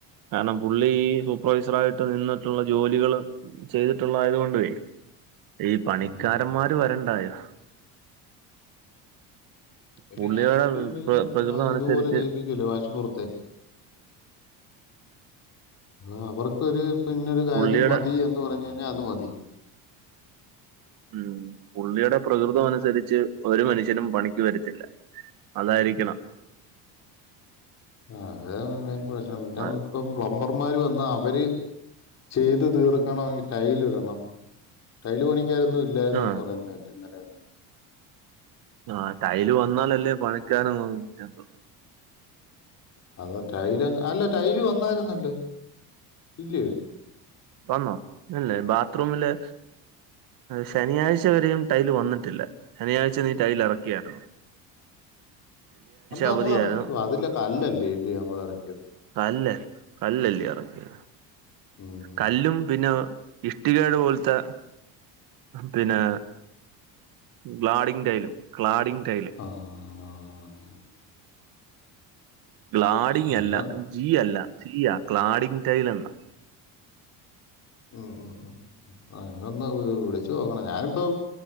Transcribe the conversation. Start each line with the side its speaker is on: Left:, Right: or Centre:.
Right: കാരണം പുള്ളി സൂപ്പർവൈസർ ആയിട്ട് നിന്നിട്ടുള്ള ജോലികള് ചെയ്തിട്ടുള്ളതായത് കൊണ്ടുവേ ഈ പണിക്കാരന്മാര്
Left: ഉം
Right: വരണ്ടായോ
Left: ഒരു
Right: പുള്ളിയുടെ
Left: അവർക്കൊരു
Right: പ്ര- പ്രകൃതം അനുസരിച്ച്
Left: ഇതുപോലെ ചെയ്യിപ്പിക്കുവല്ലേ വാശിപ്പുറത്തെ ആഹ് അവർക്കൊരു ഇപ്പൊ ഇന്നൊരു കാര്യം
Right: പുള്ളിയുടെ
Left: മതി എന്ന് പറഞ്ഞു കഴിഞ്ഞാൽ അത് മതി
Right: ഉം പുള്ളിയുടെ പ്രകൃതം അനുസരിച്ച് ഒരു മനുഷ്യനും പണിക്ക് വരുത്തില്ല അതായിരിക്കണം
Left: ആ അതാണ് മെയിൻ പ്രശ്നം മിണ്ടാ
Right: ആ
Left: ഇപ്പം പ്ലംബർമാര് വന്നാൽ അവര് ചെയ്ത് തീർക്കണമെങ്കിൽ ടൈല് ഇടണം ടൈല് പണിക്കാരൊന്നും ഇല്ലായിരുന്നെന്ന്
Right: ആ,
Left: പറയുന്നകേട്ട് ഇന്നലെയൊന്നും
Right: ആഹ് ടൈല് വന്നാലല്ലേ പണിക്കാര് നിക്കാൻ പറ്റത്തൊള്ളൂ
Left: അതാ ടൈല് അല്ല ടൈല് വന്നായിരുന്നല്ലോ ഇല്ലയോ
Right: വന്നോ ഇല്ലേ ബാത്റൂമില് ശനിയാഴ്ച്ച വരെയും ടൈല് വന്നിട്ടില്ല ശനിയാഴ്ച്ച നീ ടൈൽ ഇറക്കിയായിരുന്നോ
Left: അന്ന്
Right: അവധിയായിരുന്നു
Left: നമ്മള് ഇറക്കി ഓ അതിലേ കല്ലല്ലേ ഇല്ലയോ നമ്മൾ ഇറക്കിയത്
Right: കല്ല് കല്ല് അല്ലയോ ഇറക്കിയത്
Left: ഉം
Right: കല്ലും പിന്നെ ഇഷ്ടികേടെ പോലത്തെ പിന്നെ ഗ്ലാഡിങ് ടൈലും ക്ലാഡിങ് ടൈല്
Left: ആഹ്
Right: ഗ്ലാഡിങ്
Left: എന്നാ
Right: അല്ല ജി അല്ല സി ആ ക്ലാഡിങ് ടൈലെന്നാ
Left: ഉം ഉം ഉം ആ ഇന്നൊന്ന് വിളിച്ചു നോക്ക ണം ഞാനിപ്പോ